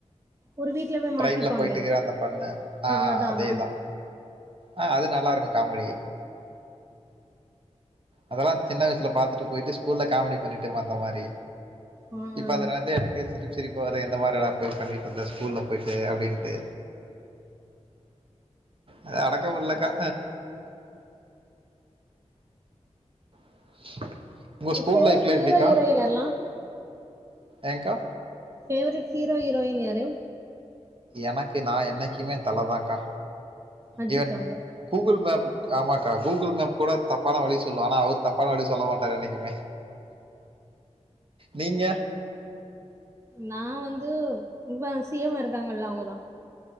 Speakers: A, on the right; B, on the right.
A: ஒரு வீட்ல போய்
B: ட்ரெயின்ல
A: மாட்டிப்பாங்களே!
B: போயிட்டுக்கிற அந்த பொண்ணு ஆ
A: அதான்,
B: அதேதா
A: அதான்.
B: ஆ அது நல்லாருக்கு காமெடி அதெல்லா சின்ன வயசுல பாத்துட்டு போயிட்டு ஸ்கூல்ல காமெடி பண்ணிட்டு இருப்போ அந்த மாரி
A: ஆ,
B: இப்ப
A: ஆ.
B: அத நெனச்சா எனக்கே சிரிப் சிரிப்பு வரு இந்த மாரி லா போய் பண்ணிட்டு இருந்த ஸ்கூல்ல போயிட்டு அப்டின்ட்டு அது அடக்கமுடில்லக்கா <inaudible>
A: ஃபேவரட்
B: லைஃப்பில்
A: ஹீரோ
B: எப்படிக்கா
A: ஹீரோயின் எல்லா
B: ஏங்க்கா
A: ஃபேவரட் ஹீரோ ஹீரோயின் யாரு
B: எனக்கு நா என்னைக்கிமே தல தாக்கா
A: அஜித்
B: ஈவன்
A: அவங்க.
B: கூகுள் மேப் ஆமாக்கா கூகுள் மேப் கூட தப்பான வழி சொல்லு ஆனா அவரு தப்பான வழி சொல்ல மாட் ட்டாரு என்னைக்கிமே நீங்க
A: நா வந்து இப்ப சி எம் மா இருக்காங்கல்ல அவங்கதா